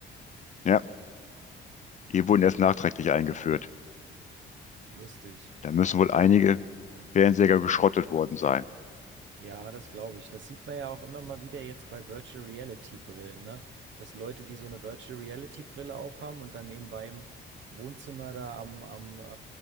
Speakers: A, on the left; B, on the right.
A: Ja, die wurden erst nachträglich eingeführt.
B: Lustig.
A: Da müssen wohl einige Fernseher geschrottet worden sein.
B: Ja, das glaube ich. Das sieht man ja auch immer mal wieder jetzt bei Virtual Reality Brillen, ne? Dass Leute, die so eine Virtual Reality Brille aufhaben und dann nebenbei im Wohnzimmer da am, am